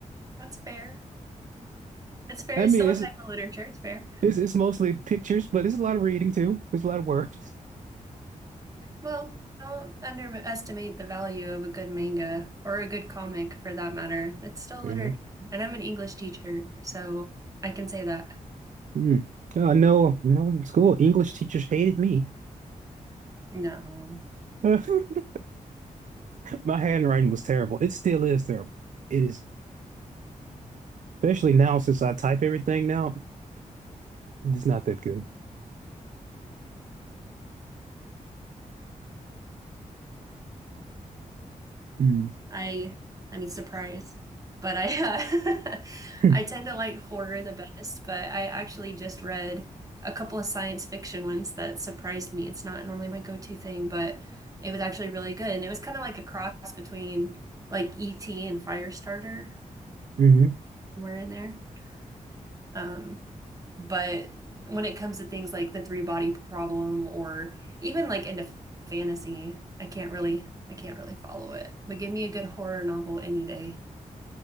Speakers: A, on the right; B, on the right.
A: That's fair. It's fair.
B: I
A: It's
B: mean,
A: still
B: it's
A: a type of literature. It's fair.
B: it's it's mostly pictures, but it's a lot of reading too. There's a lot of words.
A: Well, don't underestimate the value of a good manga or a good comic for that matter. It's still
B: Mhm.
A: literature. And I'm an English teacher, so I can say that.
B: Mm. Oh, no, no, in school, English teachers hated me.
A: <laughs> No.
B: <laughs> My handwriting was terrible. It still is terrible. It is, especially now since I type everything now, it's not that good. Mm.
A: I I mean surprise, but I uh, <laughs>
B: hmm
A: I tend to like horror the best, but I actually just read a couple of science fiction ones that surprised me. It's not normally my go-to thing, but it was actually really good and it was kind of like a cross between like E.T. and Firestarter
B: <laughs> mm
A: somewhere in there. Um, but when it comes to things like the three-body problem or even like into fantasy, I can't really I can't really follow it. But give me a good horror novel any day.